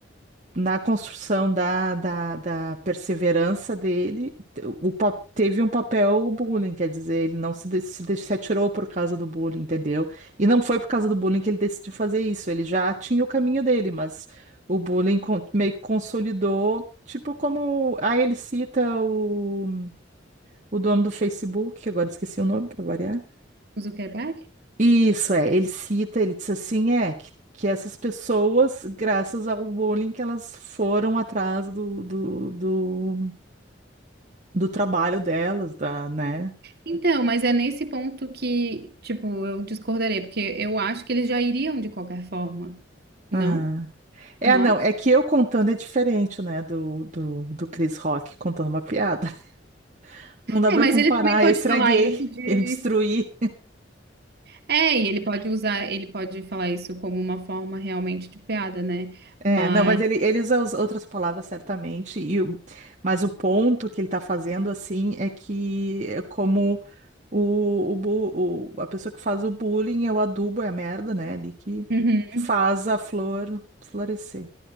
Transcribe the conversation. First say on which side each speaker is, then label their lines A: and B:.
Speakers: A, on the right; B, on the right.
A: na construção da, da, da perseverança dele, o, pa- teve um papel o bullying, quer dizer, ele não se, de- se, de- se atirou por causa do bullying, entendeu? E não foi por causa do bullying que ele decidiu fazer isso, ele já tinha o caminho dele, mas o bullying con- meio que consolidou, tipo como... Aí ele cita o, o dono do Facebook, que agora esqueci o nome para variar,
B: O Zuckerberg?
A: isso é, ele cita, ele diz assim, é, que, que essas pessoas, graças ao bullying, que elas foram atrás do, do, do, do trabalho delas, da, né?
B: Então, mas é nesse ponto que, tipo, eu discordarei, porque eu acho que eles já iriam de qualquer forma, não?
A: Aham. É,
B: Tu não
A: não,
B: acha?
A: é que eu contando é diferente, né, do, do, do Chris Rock contando uma piada. <laughs> Não dá
B: É,
A: pra
B: mas
A: comparar,
B: ele também pode
A: eu estraguei,
B: falar isso
A: <laughs>
B: de
A: eu destruí.
B: É, e ele pode usar, ele pode falar isso como uma forma realmente de piada, né?
A: É,
B: Mas.
A: não, mas ele, ele usa as outras palavras certamente, e o, mas o ponto que ele tá fazendo, assim, é que é como O, o, bu- o- a pessoa que faz o bullying é o adubo, é a merda, né? Ali que
B: <laughs>
A: faz a flor florescer.